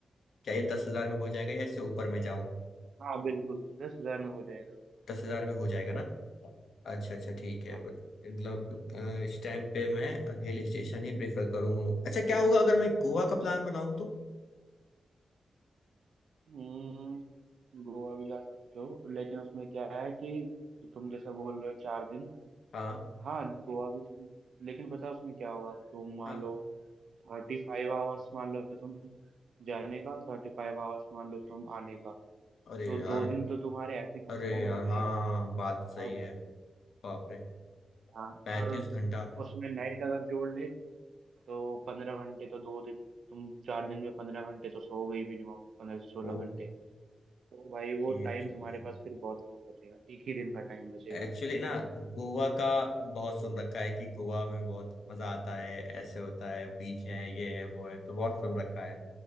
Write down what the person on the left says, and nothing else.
क्या ये दस हजार में हो जाएगा या इससे ऊपर में जाऊँ
दस हजार में हो जाएगा ना अच्छा अच्छा ठीक
है बट मतलब अ, इस टाइम पे मैं हिल स्टेशन ही प्रेफर करूँ अच्छा क्या होगा अगर मैं गोवा का प्लान बनाऊँ तो
हाँ
हाँ
अरे
यार
अरे
यार
हाँ बात सही
है बाप रे
पैंतीस
घंटा
ओ
ये
तो
है
एक्चुअली ना गोवा का बहुत सुन रखा है कि गोवा में बहुत मजा आता है ऐसे होता है बीच है ये है वो है तो बहुत सुन रखा है